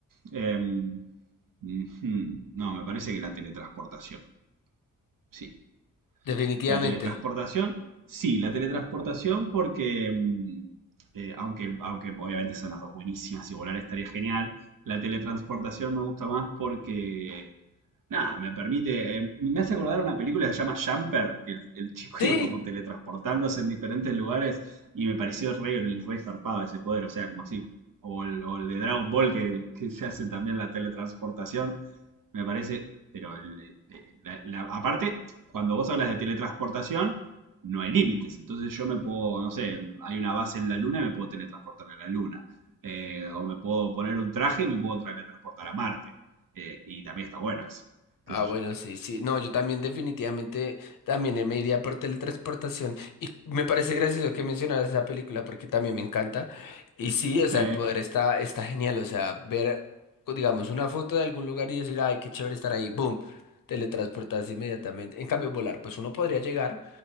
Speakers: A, on the right; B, on the left.
A: Em, ujú, No, me parece que la teletransportación, sí.
B: Definitivamente.
A: La teletransportación, sí, la teletransportación porque, mm, eh, aunque, aunque obviamente son las dos buenísimas y volar estaría genial, la teletransportación me gusta más porque, nada, me permite, eh, me hace acordar una película que se llama Jumper, que el, el chico <laughs>
B: Sí,
A: iba como teletransportándose en diferentes lugares y me pareció re, re zarpado ese poder, o sea, como así, o el, o el de Dragon Ball que, que se hace también la teletransportación me parece, pero el- el- la- la- aparte, cuando vos hablas de teletransportación, no hay límites. Entonces yo me puedo, no sé, hay una base en la luna y me puedo teletransportar a la luna. Eh, o me puedo poner un traje y me puedo teletransportar a Marte. Eh, y también está bueno eso. ¿Qué
B: Ah,
A: sé
B: bueno,
A: yo?
B: sí, sí. No, yo también definitivamente también eh, me iría por teletransportación. Y me parece gracioso que mencionaras esa película porque también me encanta. Y sí, o sea,
A: Sí.
B: el poder está, está genial. O sea, ver, co- digamos, una foto de algún lugar y decir, ay, qué chévere estar ahí. ¡Boom! Teletransportarse inmediatamente. En cambio, volar, pues uno podría llegar,